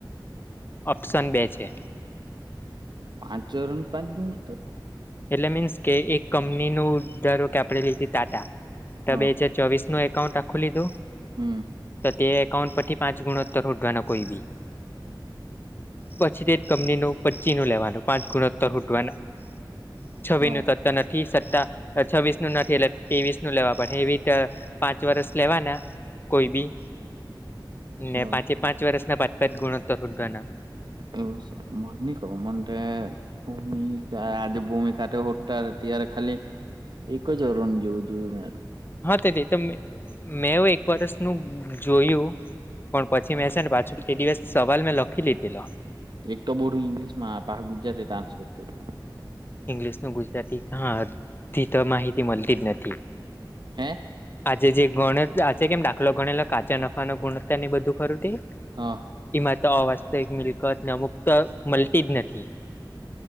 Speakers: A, on the left (about 25°); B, on the right (about 65°).
A: ઓપ્શન બે છે.
B: પાંચ વરહ ન પાંચ ગુણોત્તર
A: એટલે મીન્સ કે એક કંપનીનુ ધારો કે આપણે લીધ ટાટા તો
B: હા
A: બે જે ચોવીસ નું એકાઉન્ટ આખું લીધુ
B: હમ્મ.
A: તે એકાઉન્ટ પરથી પાંચ ગુણોત્તર હોધવાના કોઈ બી. પછી તે જ કંપનીનું પચીનું લેવાનું પાંચ ગુણોત્તર હોધવા ના. છવ્વી
B: હા
A: નું અતર નથી સત્તા છવ્વીસનું નથી, એટલે ત્રેવીસ ન લેવા પડે એવી રીતે પાંચ વરષ લેવાના કોઈ બી ને
B: હા
A: પાંચે પાંચ વર્ષના પાંચપચ ગુણોત્તર શોધવાના
B: એવું મન ન ખ મન ભૂમિક આજ ભૂમિ ખાટ હોટતાતીાર ખાલી એક જ અરણ જેવું જોયું મેંમ
A: હા, તેથી તો મેવ એક વર્સનુંું જોયું પણ પછી મેં છેને, પાછું તે દિવસ સવાલ મેં લખી લીધીલો
B: એક તો બોડું ઇંગ્લિશમાં પા ગુજરાતી ટ્રાન્સલેટ કરું
A: ઇંગ્લિશ ન ગુજરાતી ઘાથી તો માહિતી મળતી જ નથી.
B: હે
A: આજે જે ગણ આજે કેમ દાખલો ગણેલો કાચા નફા ન ગુણવત્તા ની બધું ખરું થ.
B: હા
A: એમાં તો અવાસ્તવિક મિલકત ને અમુક મળતી જ નથી.